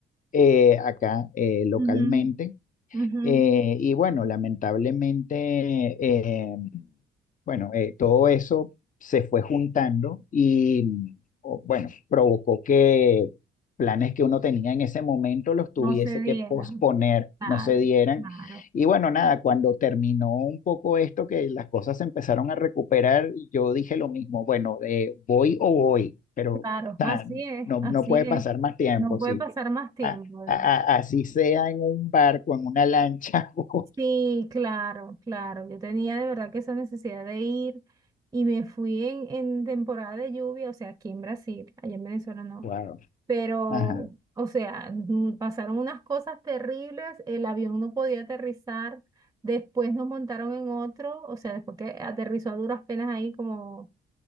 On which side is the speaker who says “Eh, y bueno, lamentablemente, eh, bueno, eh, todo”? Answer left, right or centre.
Left